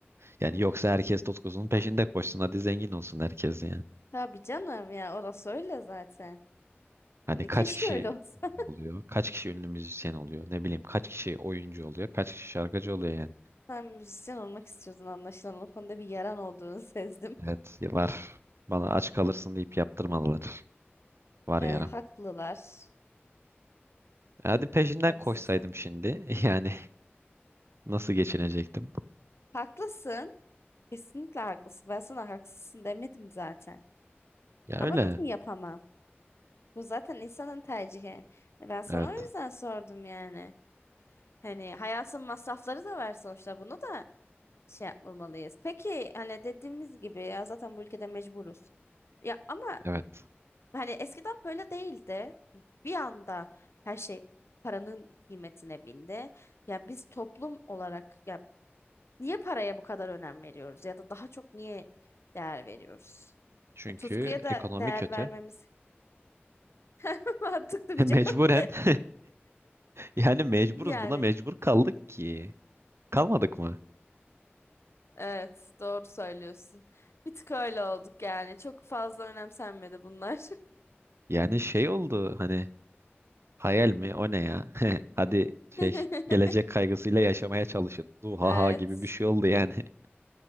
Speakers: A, on the right; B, on the left.
A: Yani yoksa herkes tutkusunun peşinde koşsun hadi zengin olsun herkes yani.
B: Tabii canım ya orası öyle zaten.
A: Hani
B: Hani
A: kaç
B: keşke
A: kişi
B: öyle olsa. <laughs>
A: oluyor? Kaç kişi ünlü müzisyen oluyor? Ne bileyim kaç kişi oyuncu oluyor? Kaç kişi şarkıcı oluyor yani?
B: Sen müzisyen olmak istiyordun anlaşılan. O konuda bir yaran olduğunu sezdim.
A: Evet.
B: <laughs>
A: var. bana aç kalırsın deyip yaptırmadılar. Var
B: E,
A: yaram.
B: haklılar.
A: Hadi peşinden
B: Haksızdı.
A: koşsaydım şimdi. <laughs> Yani nasıl geçinecektim?
B: Haklısın. Kesinlikle haklısın. Ben sana haksızsın demedim zaten.
A: Ya
B: Ama
A: öyle.
B: ben yapamam. Bu zaten insanın tercihi. E, Ben sana
A: Evet.
B: o yüzden sordum yani. Hani hayatın masrafları da var sonuçta. Bunu da şey yapmamalıyız. Peki hani dediğimiz gibi ya zaten bu ülkede mecburuz. Ya ama
A: Evet.
B: hani eskiden böyle değildi. Bir anda her şey paranın kıymetine bindi. Ya biz toplum olarak ya niye paraya bu kadar önem veriyoruz ya da daha çok niye değer veriyoruz?
A: Çünkü
B: E, Tutkuya da
A: ekonomi
B: değer
A: kötü.
B: vermemiz <laughs> mantıklı
A: <laughs>
B: bir cevap.
A: Mecburen.
B: <laughs>
A: <laughs> Yani mecburuz.
B: Yani
A: Buna mecbur kaldık ki. Kalmadık mı?
B: evet doğru söylüyorsun. Bir tık öyle olduk yani. Çok fazla önemsenmedi bunlar.
A: Yani şey oldu hani Hayal mi? O ne ya? <laughs> Hadi
B: <laughs>
A: şey gelecek kaygısıyla yaşamaya çalışın. Zuhaha
B: Evet.
A: gibi bir şey oldu yani. <laughs>